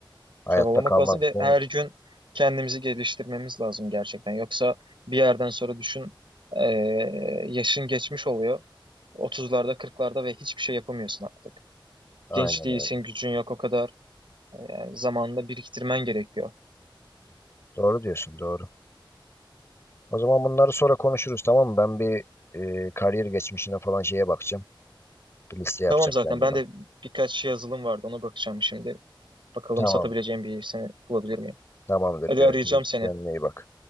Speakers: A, on the left; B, on the right.
A: Hayatta
B: Çabalamak
A: kalmak
B: lazım ve
A: için
B: her gün kendimizi geliştirmemiz lazım gerçekten. Yoksa bir yerden sonra düşün e, yaşın geçmiş oluyor. otuzlarda, kırklarda ve hiçbir şey yapamıyorsun artık.
A: aynen
B: Genç değilsin,
A: öyle.
B: gücün yok o kadar. E, yani zamanında biriktirmen gerekiyor.
A: Doğru diyorsun, doğru. O zaman bunları sonra konuşuruz tamam mı? Ben bir e, kariyer geçmişine falan şeye bakacağım. Bir liste yapacağım
B: Tamam zaten
A: kendime.
B: ben de birkaç yazılım vardı ona bakacağım şimdi. Bakalım
A: Tamam.
B: satabileceğim bir seni bulabilir miyim?
A: Tamamdır.
B: Hadi
A: Görüşürüz.
B: arayacağım seni.
A: Kendine iyi bak.